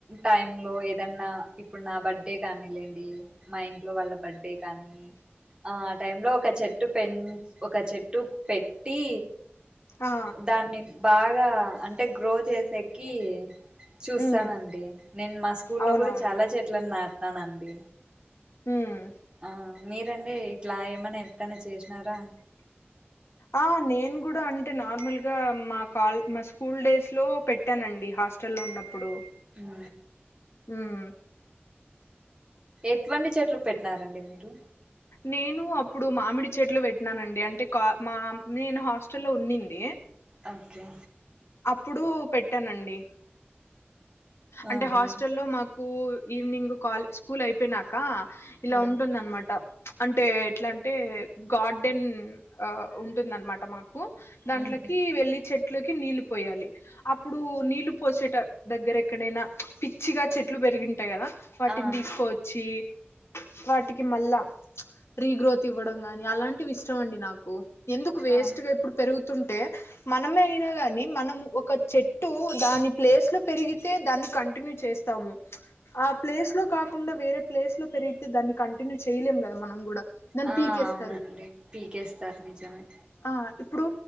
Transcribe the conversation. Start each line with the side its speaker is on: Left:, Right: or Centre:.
Right: టైమ్ లో ఏదన్నా, ఇప్పుడు నా బర్త్డే కానీ లేండి మా ఇంట్లో వాళ్ళ బర్త్డే కానీ ఆ టైమ్ లో ఒక చెట్టు పెంచ్ ఒక చెట్టు పెట్టి
Left: ఆ
Right: దాన్ని బాగ్ ట అంటే గ్రో చేసేకి చూస్తానండి
Left: ఉమ్
Right: నేను మా స్కూల్
Left: అవునవును
Right: లో కూడా చాలా చెట్ల నా టా నండి
Left: ఉమ్
Right: ఆ మీర్ రండి ఇట్లా ఏమన్నా ఎప్పుడైనా చేసినారా
Left: ఆ నేను కూడా అంటే నార్మల్గా, మా కాల్ మా స్కూల్ డేస్ లో పెట్టానండి. హాస్టల్ల్లో ఉన్నప్పుడు
Right: అ
Left: హుమ్
Right: ఎటువంటి చెట్లు పెట్టినారండి మీరు
Left: నేను అప్పుడు మామిడి చెట్లు పెట్టినానండి అంటే కా మా నేను హాస్టల్ల్లో ఉన్నింది
Right: ఓకే
Left: అప్పుడు పెట్టానండి అంటే
Right: ఆహా
Left: హాస్టల్లో మాకు కూల్ ఈవినింగ్ కాల్ స్కూల్ అయిపోయినాక ఇలా
Right: ఉమ్
Left: ఉంటుంద అనమాట అంటే ఎట్లా అంటే గార్డెన్ ఉంటుంద అనమాట మాకు దాంట్లోకి
Right: ఉహు
Left: వెళ్లి చెట్లోకి నీళ్ళ పోయాలి అప్పుడు నీళ్లు పోసేట దగ్గర ఎక్కడైనా పిచ్చిగా చెట్లు పెరిగింటాయి కదా వాటిని
Right: ఆ
Left: తీసుకోవచ్చి వాటికి మళ్ళా రీగ్రోత్ ఇవ్వడం గాని అలాంటివి ఇష్టం అండి నాకు ఎందుకు వేస్ట్
Right: ఆ
Left: గా ఇప్పుడు పెరుగు తుంటే మనమే అయినా గాని మనం ఒక చెట్టు దాని ప్లేస్ లో పెరిగి అతే దాన్ని కంటిన్యూ చేస్తాము ఆ ప్లేస్ లో కాకుండా వేరే ప్లేస్ లో పెరిగితే దాన్ని కంటిన్యూ చేయలేం కదా మనం కూడా దాన్ని
Right: ఆ
Left: పీకేస్తారు
Right: అవునండి పీకేస్తారు నిజమే
Left: ఆ ఇప్పుడు